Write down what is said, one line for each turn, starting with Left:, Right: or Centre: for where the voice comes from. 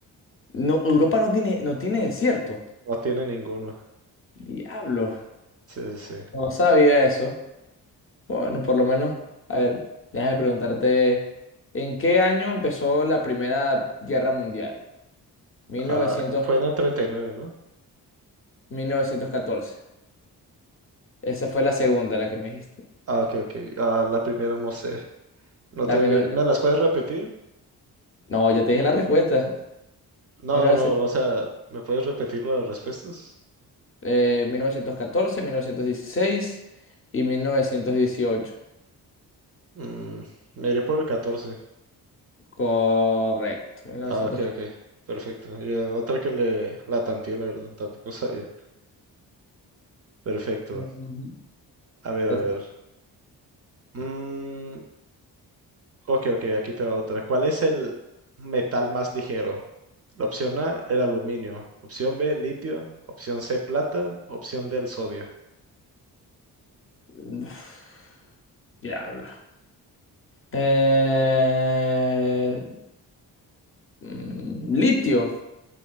Left: No, Europa no tiene, no tiene desierto.
Right: No tiene ninguno.
Left: Diablo.
Right: Sí, sí, sí.
Left: No sabía eso. Bueno, por lo menos. A ver, déjame preguntarte, ¿en qué año empezó la Primera Guerra Mundial? ¿1910?
Right: Ah, fue en el treinta y nueve ¿no?
Left: ¿1914? Esa fue la segunda, la que me dijiste.
Right: Ah, ok, ok. Ah, la primera no sé. No
Left: La
Right: tengo
Left: mil-
Right: idea. ¿Me las puedes repetir?
Left: No, ya te dije la respuesta.
Right: No,
Left: 1900,
Right: no, no. O sea, ¿me puedes repetir las respuestas?
Left: eh, 1914, 1916 y mil novecientos dieciocho
Right: Mm, me iré por el catorce
Left: Correcto. 1914.
Right: Ah, ok, ok. Perfecto. Ya, otra que le la tanteé, la verdad, tampoco sabía. Perfecto.
Left: Ujú.
Right: A ver,
Left: <sighs>
Right: a ver. Mm, ok, ok, aquí te va otra. ¿Cuál es el metal más ligero? La opción A, el aluminio. Opción B, litio. Opción C, plata. Opción D, el sodio.
Left: Uf, Diablo. Eh, mm, litio.